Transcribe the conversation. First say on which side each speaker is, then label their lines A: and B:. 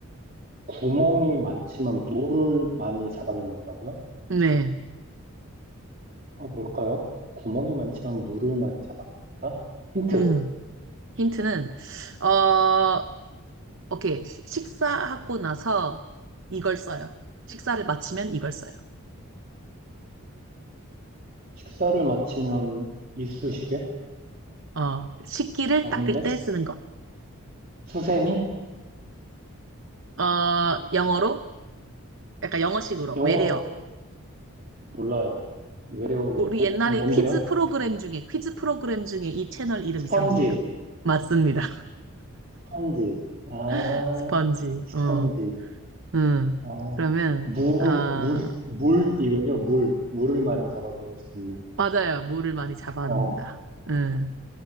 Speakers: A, on the right; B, on the right.
A: 구멍이 많지만 물을 많이 잡아놓는다고요?
B: 네.
A: 어, 뭘까요? 구멍이 많지만 물을 많이 잡아놓는다? 힌트.
B: 음. 힌트는, 어, 오케이. 시- 식사하고 나서 이걸 써요. 식사를 마치면 이걸 써요.
A: 식사를 마치면 이쑤시개?
B: 어, 식기를
A: 아닌데?
B: 닦을 때 쓰는 것.
A: 수- 수세미?
B: 어, 영어로? 약간 영어식으로.
A: 영어로
B: 외래어.
A: 몰라요. 외래어로
B: 우리
A: 뭐-
B: 옛날에
A: 뭔데요?
B: 퀴즈 프로그램 중에, 퀴즈 프로그램 중에 이 채널 이름
A: 스펀지,
B: 있었는데요. 맞습니다.
A: 스펀지. 아,
B: <laughs> 스펀지.
A: 스펀지.
B: 어. 응.
A: 어,
B: 그러면,
A: 무,
B: 아,
A: 물, 물이군요. 물. 물을 많이 잡아 넣을 수 있는.
B: 맞아요. 물을 많이 잡아놓는다.
A: 어,
B: 응.